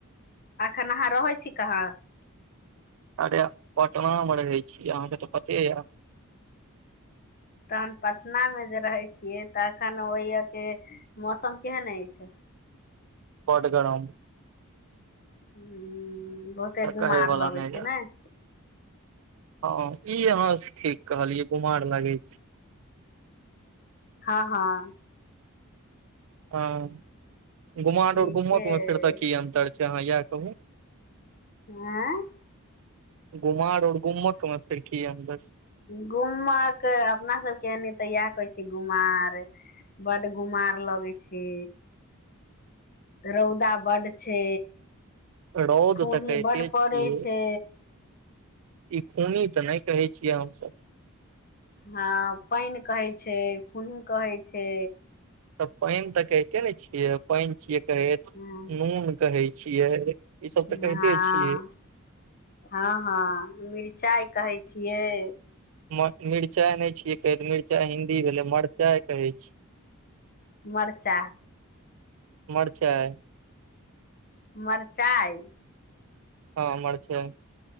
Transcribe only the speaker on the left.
अखन अहाँ रहै छी कहाँ
तहन पटना मे जे रहै छियै तखन ओहिय के मौसम केहन अछि
हू बहुते
गुमार
लगै
छै
नय
हँ हँ
ठीके
अइ
आँ
गूमक अपना सबके तऽ एनी इएह कहै छी गुमार बड्ड गुमार लगै छै रौउदा बड छै
फूही
बड्ड पड़ै
छै
हँ पानि कहै छै फुन्हि कहै छै
हँ
हँ
हँ हँ मिरचाइ कहै छियै
मरचा
मरचाइ